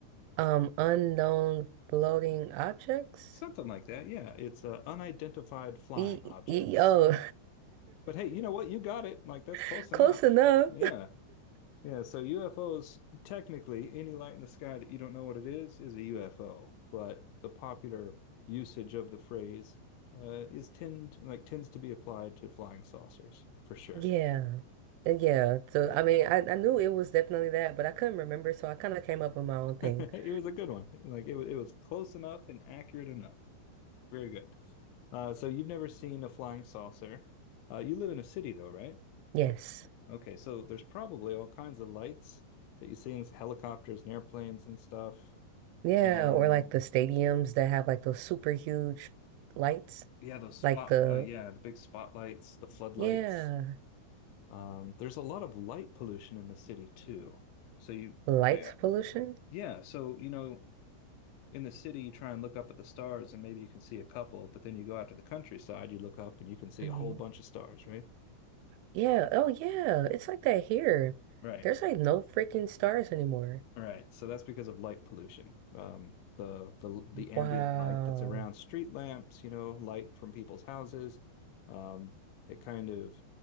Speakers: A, on the right (about 85°); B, on the left (about 80°).
A: Um, unknown floating objects.
B: Something like that. Yeah, it's uh, unidentified flying
A: E
B: objects.
A: e e, oh.
B: But hey, you know what? You got it. Like that's
A: <laughs>
B: close enough.
A: Close enough.
B: Yeah. Yeah. So UFOs, technically, any light in the sky that you don't know what it is is a UFO. But the popular usage of the phrase uh, is tend like tends to be applied to flying saucers for sure.
A: Yeah. Uh, Yeah. So I mean I, I knew it was definitely that, but I couldn't remember, so I kind of came up with my own
B: <laughs>
A: thing.
B: It
A: <laughs>
B: was a good one. Like it, it was close enough and accurate enough. Very good. Uh, so you've never seen a flying saucer. Uh, you live in a city though, right?
A: Yes.
B: Okay, so there's probably all kinds of lights that you see in helicopters and airplanes and stuff.
A: Yeah,
B: And
A: or like the stadiums that have like those super huge lights,
B: yeah, those spot,
A: like the
B: no, yeah, the big spotlights, the floodlights.
A: Yeah.
B: Um, there's a lot of light pollution in the city too. So you,
A: lights
B: yeah,
A: pollution?
B: yeah. So, you know, in the city, you try and look up at the stars and maybe you can see a couple, but then you go out to the countryside, you look up and you can see
A: hmm
B: a whole bunch of stars, right?
A: Yeah. Oh, yeah. It's like that here.
B: Right.
A: There's like no freaking stars anymore.
B: All right, so that's because of light pollution. Um, the the the ambient
A: Wow.
B: light that's around street lamps, you know, light from people's houses, um, it kind of